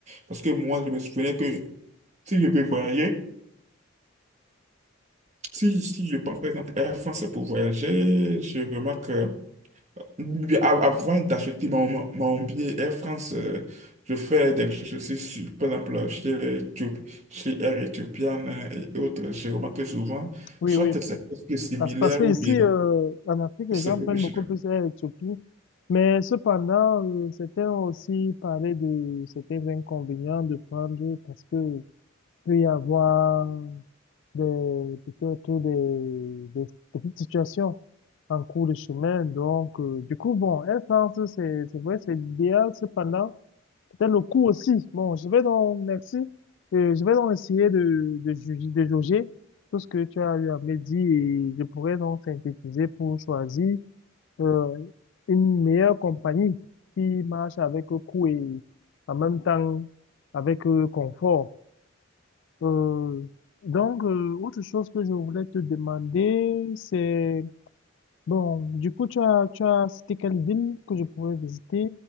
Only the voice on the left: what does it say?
Oui,
oui.
Parce, parce que ici,
euh, en Afrique, les
gens
prennent
beaucoup plus Air Éthiopie. Mais cependant, euh, certains ont aussi parlé de certains inconvénients de prendre parce que peut y avoir des, peut-être des, des petites situations en cours de chemin. Donc, euh, du coup, bon, Air France, c'est, c'est vrai, c'est l'idéal. Cependant, peut-être le coût aussi. Bon, je vais donc, merci. Euh, je vais donc essayer de, de juger, de jauger tout ce que tu as eu à me dire et je pourrais donc synthétiser pour choisir, euh, une meilleure compagnie qui marche avec coût et en même temps avec euh, confort. Euh, donc, euh, autre chose que je voulais te demander, c'est, bon, du coup, tu as, tu as cité quelle ville que je pourrais visiter?